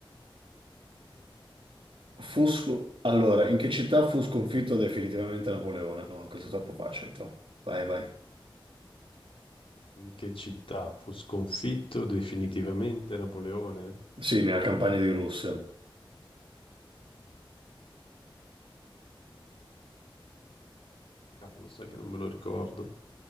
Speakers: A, on the right; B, on the left.
A: Fu sco- Allora, in che città fu sconfitto definitivamente Napoleone? No, questo è troppo facile, però. Vai, vai.
B: In che città fu sconfitto definitivamente Napoleone?
A: Sì, nella campagna di Russia.
B: Cavolo, sai che non me lo ricordo.